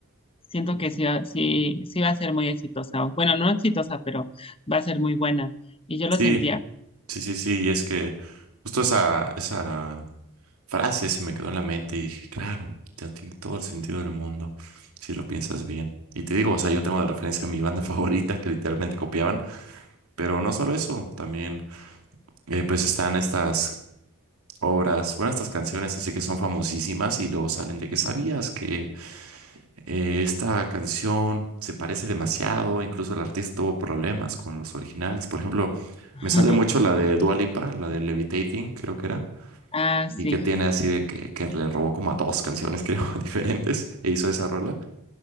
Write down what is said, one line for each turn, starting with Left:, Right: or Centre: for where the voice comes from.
Left: siento que sí, va- sí, sí va a ser muy exitosa, o bueno, no exitosa, pero va a ser muy buena. Y yo
Right: Sí,
Left: lo sentía.
Right: sí, sí, sí. Y es que justo esa, esa frase se me quedó en la mente y dije, claro, ya tiene todo el sentido del mundo si lo piensas bien. Y te digo, o sea, yo tengo de referencia a mi banda <laughs> favorita que literalmente copiaban, pero no solo eso, también eh, pues están estas obras. Bueno, estas canciones así que son famosísimas y luego salen de que sabías que eh, esta canción se parece demasiado, incluso el artista tuvo problemas con los originales. Por ejemplo,
Left: <laughs>
Right: me sale mucho la de Dua Lipa, la de Levitating, creo que era.
Left: Ah, sí,
Right: Y que tiene así de que, que le robó como a dos canciones, <laughs> creo, diferentes, e hizo esa rola.